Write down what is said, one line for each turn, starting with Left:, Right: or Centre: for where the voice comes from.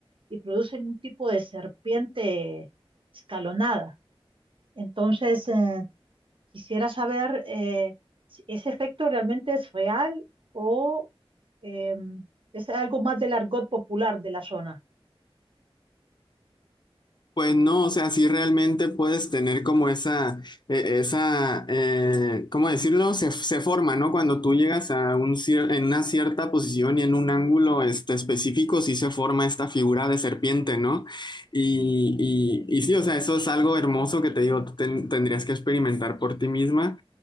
Right: y producen un tipo de serpiente escalonada. Entonces, eh, quisiera saber eh, si ese efecto realmente es real o eh, es algo más del argot popular de la zona.
Left: Pues no, o sea, sí realmente puedes tener como esa, eh, esa, eh, ¿cómo decirlo? Se, se forma, ¿no? Cuando tú llegas a un cier- en una cierta posición y en un ángulo este, específico, sí se forma esta figura de serpiente, ¿no? Y, y, y sí, o sea, eso es algo hermoso que te digo, tú ten- tendrías que experimentar por ti misma.